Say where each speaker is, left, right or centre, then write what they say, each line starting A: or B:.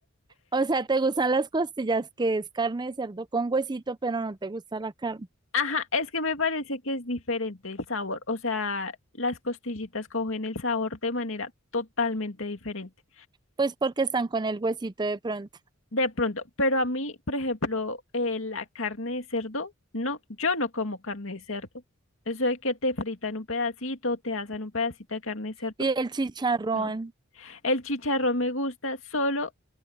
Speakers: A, on the right; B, on the left.
A: O sea, te gustan las costillas, que es carne de cerdo con huesito, pero no te gusta la carne.
B: Ajá, es que me parece que es diferente el sabor, o sea, las costillitas cogen el sabor de manera totalmente diferente.
A: Pues porque están con el huesito de pronto.
B: De pronto, pero a mí, por ejemplo, eh, la carne de cerdo, no, yo no como carne de cerdo. Eso de que te fritan un pedacito, te asan un pedacito de carne de cerdo,
A: Y el chicharrón.
B: no. El chicharrón me gusta solo